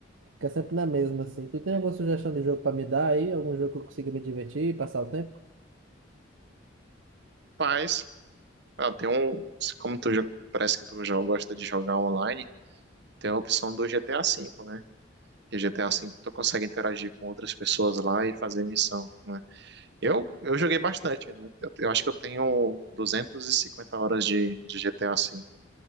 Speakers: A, on the right (about 75°); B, on the right (about 60°).
A: Fica sempre na mesma, assim. Tu tem
B: Bem,
A: alguma sugestão de jogo pra me dar aí? Algum jogo que eu consiga me divertir, passar o tempo?
B: Paz. Ah, tem um. Como tu jo- parece que tu já gosta de jogar online, tem a opção do GTA V, né? Que GTA V tu consegue interagir com outras pessoas lá e fazer missão, né? Eu, eu joguei bastante, né? Eu, eu acho que eu tenho 250 horas de, de GTA V,